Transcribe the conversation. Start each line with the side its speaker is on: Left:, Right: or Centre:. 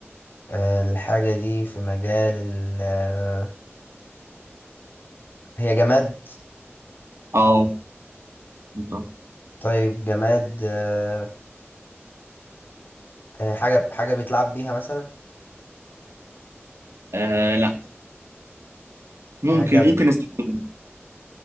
Left: آه، الحاجة دي في مجال ال آه، هي جماد
Right: اه بالظبط
Left: طيب جماد آه، آه، حاجة حاجة بيتلعب بيها مثلا
Right: آه لا ممكن
Left: حاجة ب-
Right: ممكن نستخدمه